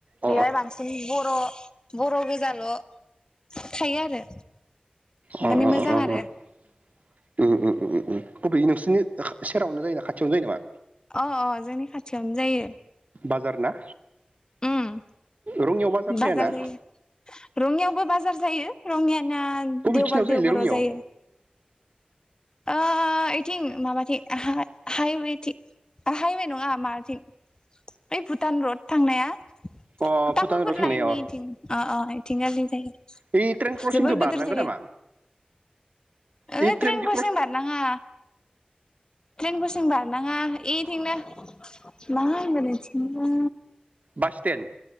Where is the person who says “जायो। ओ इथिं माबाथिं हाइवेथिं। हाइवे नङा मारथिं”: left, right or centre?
Left